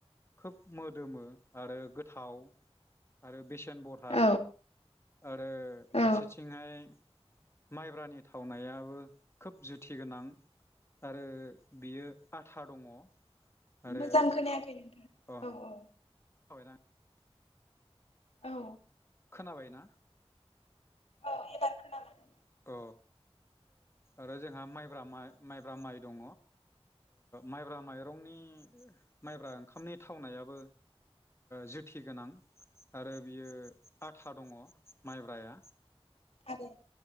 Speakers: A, on the left; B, on the left.
A: खोब मोदोमो आरो गोथाव आरो बेसे सेन बरहा
B: औ
A: आरो
B: औ
A: फारसेथिंयै माइब्रानि थावनायाबो खोब जुथि गोनां आरो बियो आथा दङ। आरो
B: मोजां खोनायाखै नोंथां
A: अ
B: औ औ
A: <unintelligible>
B: औ
A: खोनाबाय ना?
B: औ एबार खोनाबाय
A: अ आरो जोंहा माइब्रा माइब्रा माइ दङ माइब्रा माइरंनि माइब्रा ओंखामनि थावनायाबो जुथि गोनां आरो बियो आथा दङ माइब्राया
B: आरो